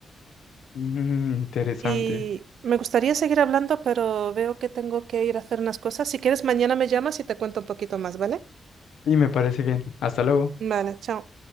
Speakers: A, on the left (about 80°); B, on the right (about 80°).
A: Mm, interesante.
B: Y me gustaría seguir hablando, pero veo que tengo que ir a hacer unas cosas. Si quieres, mañana me llamas y te cuento un poquito más, ¿vale?
A: Y me parece bien. Hasta luego.
B: Vale, chao.